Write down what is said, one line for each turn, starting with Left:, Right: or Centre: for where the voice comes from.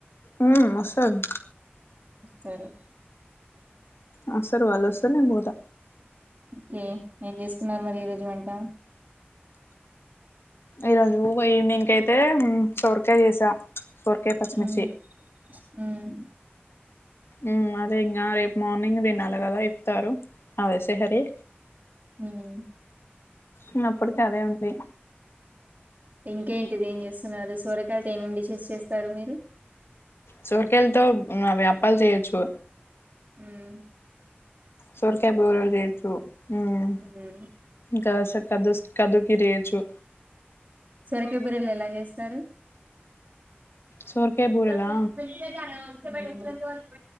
Left: ఉమ్ మాసెబ్
Right: సరే
Left: వస్తారు వాళ్ళు వస్తే నేన్ పోత
Right: ఒకే ఏం చేసుకున్నారు మరి ఈరోజు వంట
Left: ఈరోజు వాయినింగ్ కైతే సొరికాయ చేస్ స్త సొరకాయ్య పచ్చిమిర్చి
Right: మ్మ్ మ్మ్
Left: ఉమ్ అదే ఇంకా రేపు మార్నింగ్ తినాలి కదా ఇప్తారు అదే సెహరి
Right: ఉమ్
Left: ఉమ్ అప్పటికి అదే ఉంది
Right: ఇంకేంటిది ఏం చేస్తున్నారు సోరకాయలతో ఏమేమి డిషెస్ చేస్తారు మీరు
Left: సోరికాయలతో అవ్వి అప్పాలు చేయచ్చు
Right: ఉమ్
Left: సొరకాయ్ బూరెలు చేయచ్చు ఉమ్
Right: మ్మ్
Left: విస కదు కదుగి చేయచ్చు
Right: సొరకాయ బుర్రెలు ఎలా చేస్తారు
Left: సోరకాయ
Right: <inaudible>
Left: బూరెలా